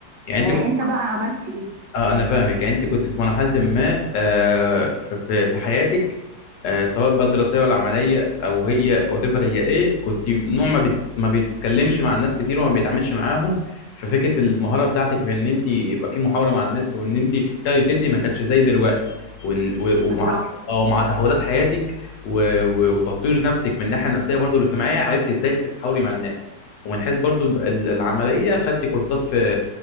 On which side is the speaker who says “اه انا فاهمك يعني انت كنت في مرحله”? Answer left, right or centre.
Left